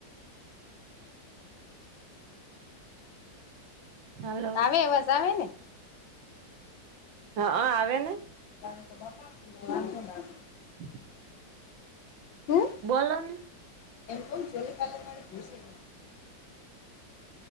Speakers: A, on the right; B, on the left.
A: હાલો
B: આવે અવાજ આવે ને
A: હા આવે ને.
B: ત જો છો ના
A: હ
B: હમ
A: બોલને
B: એમકમ ચલી પાલે મરે ગુસી ગ